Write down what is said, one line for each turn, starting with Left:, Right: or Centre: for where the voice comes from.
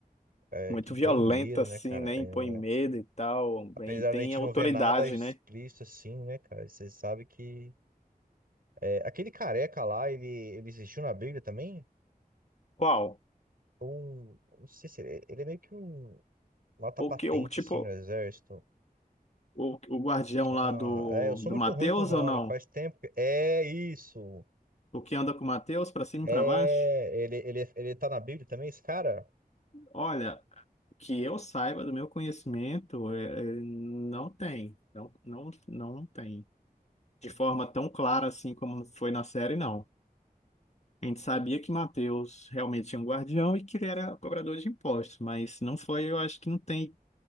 Right: é,
Left: muito
Right: que impõe
Left: violenta
Right: medo,
Left: assim,
Right: né, cara?
Left: né,
Right: É,
Left: impõe medo e tal,
Right: apesar
Left: bem, tem
Right: da gente
Left: autoridade,
Right: não ver nada explícito
Left: né?
Right: assim, né, cara? Você sabe que. é, aquele careca lá, ele, ele existiu na Bíblia também?
Left: Qual?
Right: Ou. Não sei se ele, ele é meio que um. Nota
Left: O
Right: patente,
Left: que, o tipo...
Right: assim, no exército.
Left: o, o guardião
Right: Ah,
Left: lá do,
Right: é, eu sou
Left: do
Right: muito
Left: Matheus
Right: ruim com o nome,
Left: ou não?
Right: faz tempo que. É isso!
Left: O que anda com o Matheus pra cima e
Right: É,
Left: pra baixo?
Right: ele, ele, ele tá na Bíblia também, esse cara?
Left: Olha, que eu saiba do meu conhecimento, é, é, não tem. Não, não, não tem. De forma tão clara assim como foi na série, não. A gente sabia que Matheus realmente tinha um guardião e que ele era cobrador de impostos, mas não foi, eu acho que não tem